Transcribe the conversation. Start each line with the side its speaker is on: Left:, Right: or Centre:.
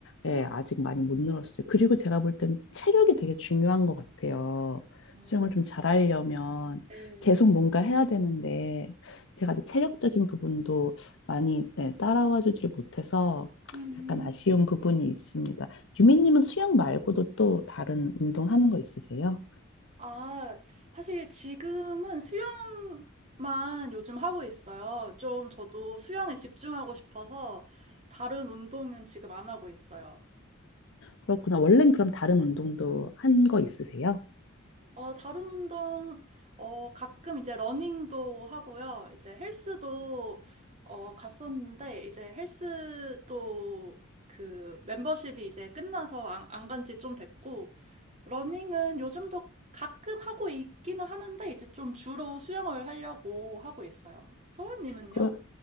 Left: 예, 아직 많이 못 늘었어요. 그리고 제가 볼 땐 체력이 되게 중요한 것 같아요.
Right: 아,
Left: 수영을
Right: 네.
Left: 좀 잘하려면
Right: 네.
Left: 계속 뭔가 해야 되는데 제가 이제 체력적인 부분도 많이 네, 따라와 주지를 못해서
Right: 음,
Left: 약간 아쉬운 부분이 있습니다. 유미님은 수영 말고도 또 다른 운동 하는 거 있으세요?
Right: 아, 사실 지금은 수영만 요즘 하고 있어요. 좀 저도 수영에 집중하고 싶어서 다른 운동은 지금 안 하고 있어요.
Left: 그렇구나. 원래는 그럼 다른 운동도 한 거 있으세요?
Right: 어, 다른 운동, 어, 가끔 이제 러닝도 하고요. 이제 헬스도, 어, 갔었는데, 이제 헬스도 그 멤버십이 이제 끝나서 안, 안간 지 좀 됐고, 러닝은 요즘도 가끔 하고 있기는 하는데, 이제 좀 주로 수영을 하려고 하고 있어요. 서원님은요?
Left: 그러,